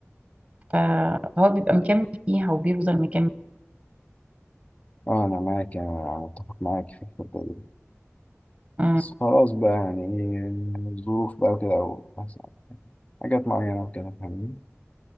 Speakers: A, on the right; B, on the left.
A: فهو بيبقى مكمل فيها وبيفضل مكمل
B: اه أنا معاك أنا متفق معاك في الحتة دي
A: مم.
B: بس خلاص بقى يعني إيه، الظروف بقى وكده أو مثلا حاجات معينة وكده فاهمني